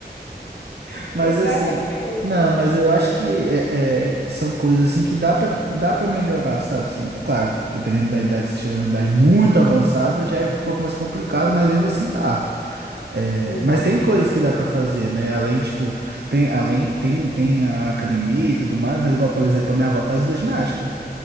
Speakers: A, on the left (about 90°); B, on the right (about 70°).
A: <laughs>
B: Mas
A: Exatamente.
B: assim, não, mas eu acho que é, é, são coisas assim que dá pra dá para melhorar, sabe? Se- é Claro, dependendo da idade, se estiver numa idade muito avançada, já é um pouco mais complicado, mas mesmo assim dá. É,
A: Uhum.
B: mas tem coisas que dá pra fazer, né? Além, tipo, tem, além, tem, tem a academia e tudo mais, mas igual, por exemplo, a minha avó faz hidroginástica.